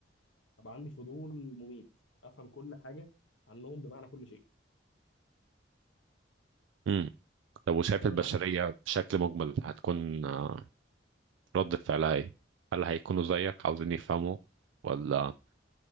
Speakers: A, on the left; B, on the right.
A: هبقى عندي فضول مميت افهم كل حاجه عنهم بمعنى كل شيء
B: امم طب وشايف
A: إيه ده اللي
B: البشرية
A: انا هعمله بس.
B: بشكل مجمل هتكون آه، ردة فعلها ايه هل هيكونوا زيك عاوزين يفهموا ولا